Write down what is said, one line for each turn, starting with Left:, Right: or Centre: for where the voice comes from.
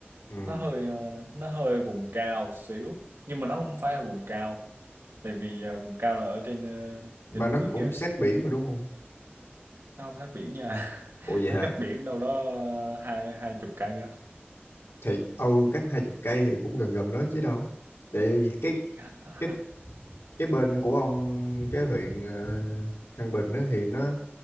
Left: Ừ,
Right: nó hơi ờ, nó hơi vùng cao xíu nhưng mà nó không phải là vùng cao tại vì ờ, vùng cao là ở trên ờ,
Left: mà
Right: trên núi
Left: nó cũng
Right: kia
Left: sát biển mà đúng không?
Right: nó không sát biển nha <laughs>
Left: Ồ vậy
Right: nó
Left: hả?
Right: cách biển đâu đó ờ, hai hai chục cây á
Left: Thì ừ cách hai chục cây thì cũng gần gần đó chứ đâu. Để cái
Right: À, à,
Left: cái cái bên của ông cái huyện ờ, Thăng Bình đó thì nó